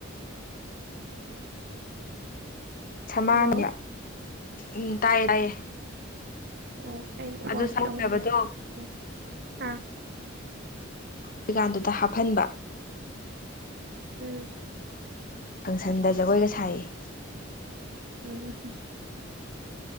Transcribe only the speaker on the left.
ꯁꯃꯥꯅꯤꯌ
ꯎꯝ ꯇꯥꯏ ꯇꯥꯏꯌꯦ
ꯑꯗꯨ ꯁꯃꯨꯛꯅꯕꯗꯣ
ꯀꯤꯀꯥꯟꯗꯨꯗ ꯍꯥꯞꯍꯟꯕ
ꯐꯪꯁꯟꯗ ꯖꯒꯣꯏꯒ ꯁꯥꯏꯌꯦ